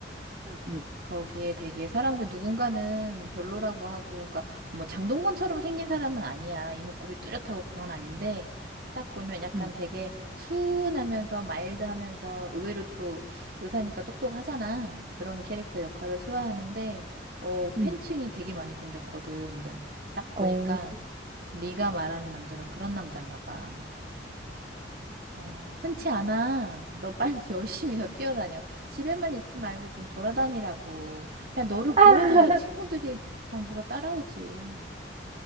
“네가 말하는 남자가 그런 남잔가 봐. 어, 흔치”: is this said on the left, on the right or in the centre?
Right